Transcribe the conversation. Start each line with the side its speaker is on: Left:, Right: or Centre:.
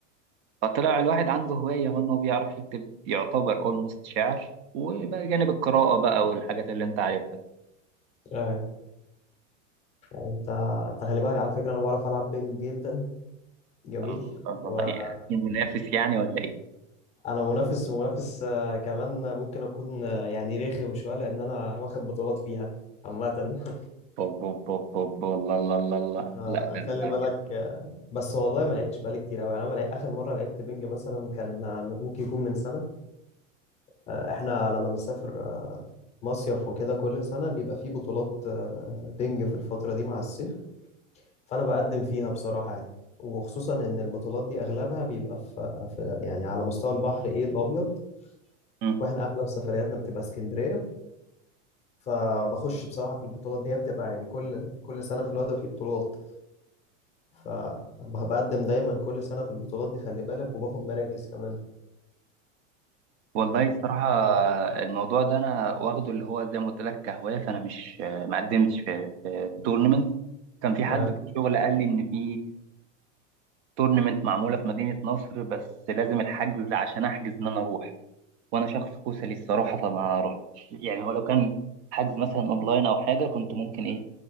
Right: فطلع الواحد عنده هواية هو إن هو بيعرف يكتب يعتبر أولموست شعر وبقى جانب القراءة بقى والحاجات اللي أنت عارفها دي.
Left: ايوه يعني انت انت خلي بالك على فكره انا بعرف العب بينج جدا جميل
Right: الله الله
Left: وانا
Right: الله يعني منافس يعني ولا إيه؟
Left: منافس منافس آه، كمان ممكن اكون آه، يعني رخم شويه لان انا واخد بطولات فيها عامه <laughs>
Right: بوب بوب بوب بوب والله الله الله الله
Left: فخلي
Right: لا ده أنا
Left: بالك
Right: كده
Left: آه، بس والله ما لعبتش بقالي كتير قوي يعني انا ما لعب- اخر مره لعبت بينج مثلا كان آه، ممكن يكون من سنه آه، احنا لما بنسافر آه، مصيف وكده كل سنه بيبقى فيه بطولات آه، بينج في الفتره دي مع الصيف فانا بقدم فيها بصراحه يعني وخصوصا ان البطولات دي اغلبها بيبقى في, في يعني على مستوى البحر ايه الابيض
Right: مم.
Left: واحنا اغلب سفرياتنا بتبقى اسكندريه فبخش بصراحه في البطولات دي هي بتبقى يعني كل كل سنه في الوادي في بطولات فبقدم دايما كل سنه في البطولات دي خلي بالك وباخد مراكز كمان
Right: والله الصراحة الموضوع ده أنا واخده اللي هو زي ما قلت لك كهواية فأنا مش ما قدمتش في في, في تورنمنت كان في حد
Left: آه.
Right: في الشغل قال لي إن في تورنمنت معمولة في مدينة نصر بس لازم الحجز عشان أحجز إن أنا أروح وانا شخص كسلي الصراحه فما رحتش يعني هو لو كان حجز مثلا اونلاين او حاجه كنت ممكن ايه